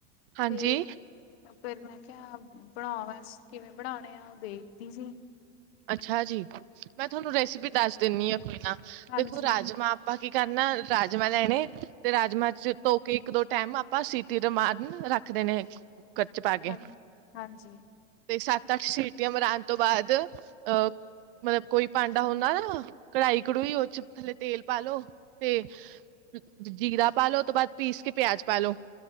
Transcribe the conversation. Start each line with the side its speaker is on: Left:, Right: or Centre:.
Right: ਹਾਂਜੀ
Left: ਤੇ ਫਿਰ ਮੈਂ ਕਿਆ ਬਣਾ ਬਸ ਕਿਵੇਂ ਬਣਾਣੇ ਆ ਉਹ ਦੇਖਦੀ ਸੀ।
Right: ਅੱਛਾ ਜੀ ਮੈਂ ਤੁਹਾਨੂੰ ਰੈਸਿਪੀ ਦੱਸ ਦਿੰਦੀ ਹਾਂ। ਕੋਈ ਨਾ
Left: ਹਾਂਜੀ
Right: ਦੇਖੋ ਰਾਜਮਾ ਆਪਾਂ ਕੀ ਕਰਨਾ? ਰਾਜਮਾਂ ਲੈਣੇ ਤੇ ਰਾਜਮਾਂ ਚ ਧੋ ਕੇ ਇੱਕ ਦੋ ਟਾਈਮ ਆਪਾਂ ਸੀਟੀ ਰਮਾਨ ਰੱਖ ਦੇਣੇ। ਕੂਕਰ ਚ ਪਾਕੇ,
Left: ਹਾਂਜੀ ਹਾਂਜੀ
Right: ਤੇ ਸੱਤ ਤੱਕ ਸੀਟੀਆਂ ਮਰਾਣ ਤੋਂ ਬਾਅਦ ਅਹ ਮਤਲਬ ਕੋਈ ਭਾਂਡਾ ਹੁੰਦਾ ਨਾ ਕਢਾਈ ਕਢੂਈ ਉਹ ਚ ਥੱਲੇ ਤੇਲ ਪਾਲੋ ਤੇ ਜੀਰਾ ਪਾ ਲੋ ਉਸ ਤੋਂ ਬਾਅਦ ਪੀਸ ਕੇ ਪਿਆਜ ਪਾ ਲੋ।